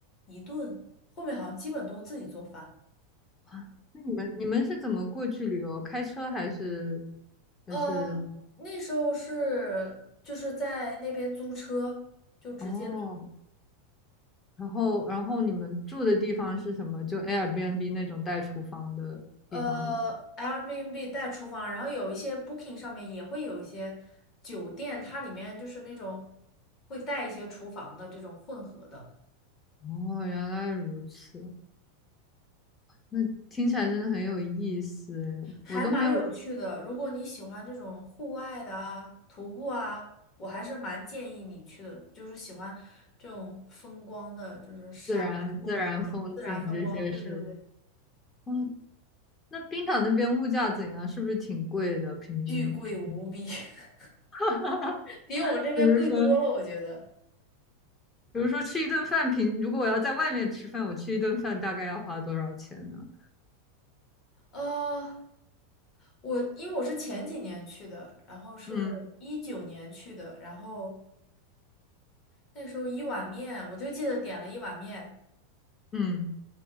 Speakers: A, on the left; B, on the left.
A: 一顿，后面好像基本都自己做饭。
B: 啊，那你们你们是怎么过去旅游？开车还是
A: 呃，
B: 还是
A: 那时候是就是在那边租车，就直接。
B: 哦？然后然后你们住的地方是什么？就 Airbnb 那种带厨房的地方吗？
A: 呃，Airbnb 带厨房，然后有一些 Booking 上面也会有一些酒店，它里面就是那种会带一些厨房的这种混合的，
B: 哦，原来如此。那听起来真的很有意思诶，
A: 还蛮有趣的。
B: 我都没有
A: 如果你喜欢这种户外的啊，徒步啊，我还是蛮建议你去的，就是喜欢这种风光的，就是山啊、
B: 自然自然风景这些是。
A: 瀑布啊、自然风光。对对对，
B: 哦，那冰岛那边物价怎样？是不是挺贵的？平均平均，
A: 巨贵无比，<laughs>
B: <laughs>
A: 比我们这边贵多了，
B: 比如说，
A: 我觉得。
B: 比如说吃一顿饭平，如果我要在外面吃饭，我吃一顿饭大概要花多少钱呢？
A: 呃。我因为我是前几年去的，然后是一九年去的，
B: 嗯
A: 然后那时候一碗面，我就记得点了一碗面，
B: 嗯